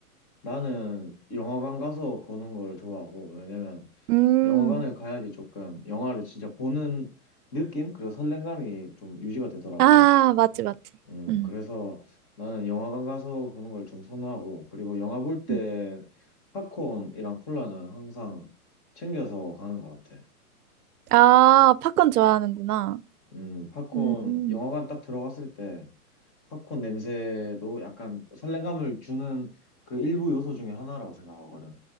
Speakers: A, on the left (about 15°); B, on the right (about 80°).
A: 나는 영화관 가서 보는 걸 좋아하고, 왜냐면
B: 음,
A: 영화관을 가야지 조금 영화를 진짜 보는 느낌? 그리고 설렘감이 좀 유지가 되더라고.
B: 아, 맞지, 맞지.
A: 음,
B: 음.
A: 그래서 나는 영화관 가서 보는 걸 좀 선호하고, 그리고 영화 볼 때
B: 음.
A: 팝콘이랑 콜라는 항상 챙겨서 가는 것 같아.
B: 아, 팝콘 좋아하는구나.
A: 음, 팝콘,
B: 음,
A: 영화관 딱 들어갔을 때 팝콘 냄새도 약간 설렘감을 주는 그 일부 요소 중에 하나라고 생각하거든.